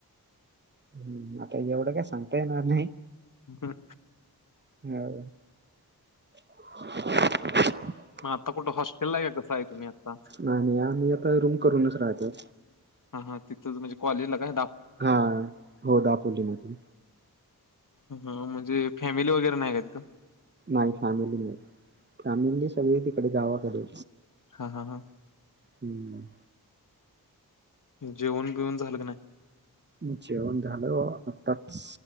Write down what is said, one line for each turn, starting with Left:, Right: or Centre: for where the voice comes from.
Right: हम् आता एवढं काय सांगता येणार नाही
Left: हम
Right: हा
Left: मग आताुठे हॉस्टेल आहे कासं आहे तुम्ही आता
Right: नाही नाही आम्ही आता रूम करूनच राहतो
Left: हा ह तथं म्हणे कॉलेजला काया
Right: हा हो दापोली मधून
Left: ह म्हणजे फॅमिली वगैरे नाही का तिथं
Right: नाही फॅमिली नाही फॅमिली सगळी तिकडे गावाकडे
Left: हा हा हा
Right: हम्म
Left: जेवण बिऊन झालं नाही
Right: जेवण झालं आताच